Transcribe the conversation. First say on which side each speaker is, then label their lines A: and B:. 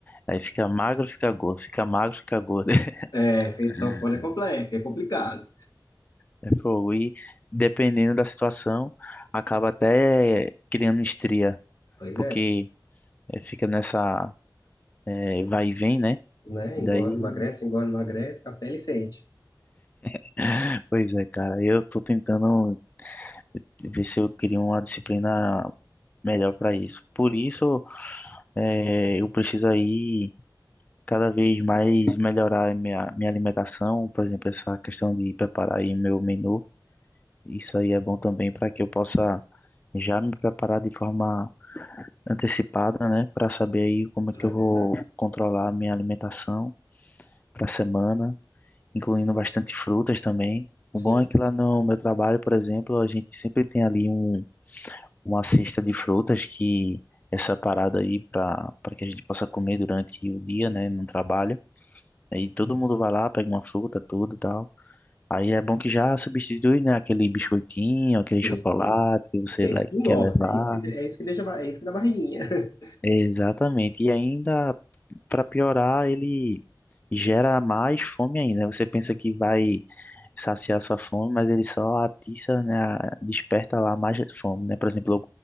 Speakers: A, on the left; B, on the left.
A: Aí fica magro, fica gordo, fica magro, fica gordo.
B: É,
A: <laughs>
B: feito sanfona é complexo, é complicado.
A: É fogo. E dependendo da situação, acaba até criando estria,
B: Pois
A: porque
B: é,
A: eh, fica nessa eh, vai e vem, né?
B: né?
A: Daí,
B: Engorda, emagrece, engorda, emagrece, a pele sente,
A: <laughs> pois é, cara, eu tô tentando ver se eu crio uma disciplina melhor para isso. Por isso, eh, eu preciso aí cada vez mais melhorar a minha, minha alimentação, por exemplo, essa questão de preparar aí meu menu Isso aí é bom também para que eu possa já me preparar de forma antecipada, né, para saber aí como é
B: não
A: que eu
B: é
A: vou
B: verdade?
A: controlar a minha alimentação para a semana, incluindo bastante frutas também. O
B: Sim.
A: bom é que lá no meu trabalho, por exemplo, a gente sempre tem ali um, uma cesta de frutas que é separada aí para para que a gente possa comer durante o dia, né, no trabalho. Aí todo mundo vai lá, pega uma fruta, tudo e tal. Aí é bom que já substitui, né, aquele biscoitinho, aquele chocolate
B: Sim.
A: que você
B: Que é
A: le-
B: isso que engorda,
A: quer levar.
B: é isso que, é isso que deixa, ba- é isso que dá barriguinha. <laughs>
A: Exatamente. E ainda, para piorar, ele gera mais fome ainda. Você pensa que vai saciar sua fome, mas ele só atiça, né, a- desperta lá mais fome, né? Por exemplo, eu-